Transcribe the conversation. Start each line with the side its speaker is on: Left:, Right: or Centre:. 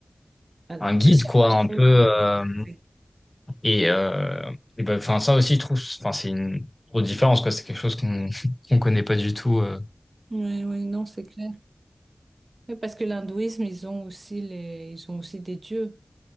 Right: À,
Left: un guide,
Right: à certains
Left: quoi, un
Right: points,
Left: peu.
Right: tu
Left: euh,
Right: glisser.
Left: et euh, et ben, enfin, ça aussi, je trouve, enfin, c'est une grosse différence, quoi. C'est quelque chose qu'on <laughs> qu'on connaît pas du tout. euh,
Right: Oui, oui, non, c'est clair. Oui, parce que l'hindouisme, ils ont aussi les, ils ont aussi des dieux.